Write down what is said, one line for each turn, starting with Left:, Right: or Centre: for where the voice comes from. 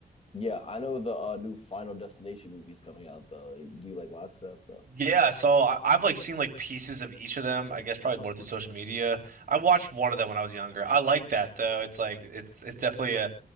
Left: Yeah, I know the uh, new Final Destination movie's coming out though. Do you like watch that stuff?
Right: Yeah, so I, I've like seen like pieces of each of them. I guess probably more through social media. I watched one of them when I was younger. I like that though. It's like it's it's definitely a